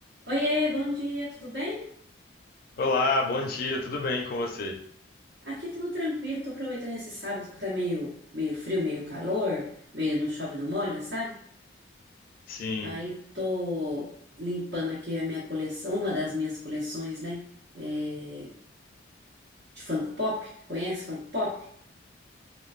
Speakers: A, on the right; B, on the left.
A: Oiê, bom dia, tudo bem?
B: Olá, bom dia, tudo bem com você?
A: Aqui tudo tranquilo, tô aproveitando esse sábado que tá meio, meio frio, meio calor, meio não chove, não molha, sabe?
B: Sim.
A: Aí tô limpando aqui a minha coleção, uma das minhas coleções, né? é, de Funko Pop. Conhece Funko Pop?